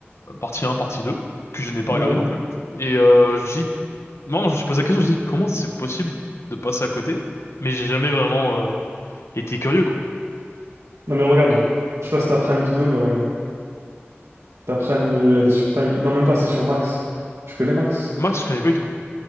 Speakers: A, on the left; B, on the right.
A: partie un partie 2 que je n'ai pas
B: Ouais.
A: regardé non plus et euh, je me suis dit- non, je me suis posé la question, je me suis dit comment c'est possible de passer à côté mais j'ai jamais vraiment euh, été curieux quoi.
B: Non, mais regarde. Je sais pas si t'as Prime Vidéo, mais regarde. Ta Prime, euh, elle est sur Prime Vi- Non, même pas, c'est sur Max. Tu connais Max?
A: Max, je connais pas du tout.